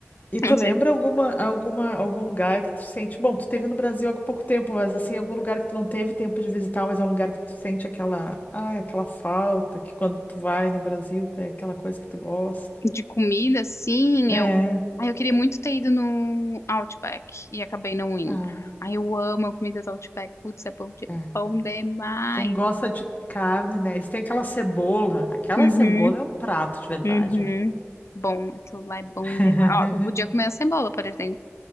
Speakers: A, on the left; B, on the left.
A: E tu
B: Não
A: lembra
B: sei,
A: alguma, alguma, algum lugar que tu sente? Bom, tu teve no Brasil há pouco tempo, mas assim, algum lugar que tu não teve tempo de visitar, mas é um lugar que tu sente aquela, ah, aquela falta, que quando tu vai no Brasil tem aquela coisa que tu gosta.
B: de comida, sim,
A: É,
B: eu... ah, eu queria muito ter ido no Outback e acabei não indo.
A: ah,
B: Ai, eu amo a comida do Outback. Putz, é bom, de-
A: é.
B: bom demais.
A: Quem gosta de carne, né? Eles têm aquela cebola. Aquela
B: Uhum,
A: cebola é um prato de verdade,
B: uhum.
A: né?
B: Bom, aquilo lá é bom
A: <laughs>
B: demais. Ó, tu podia comer a cebola, por exemplo,